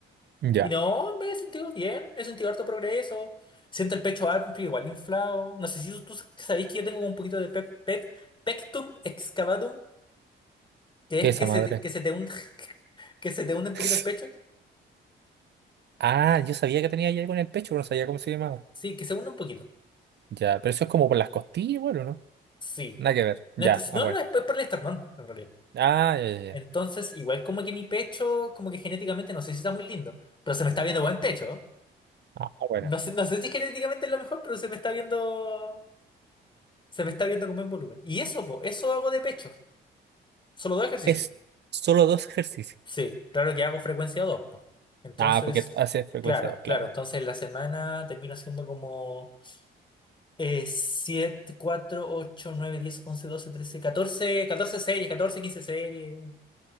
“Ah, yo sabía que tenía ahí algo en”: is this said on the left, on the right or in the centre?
Right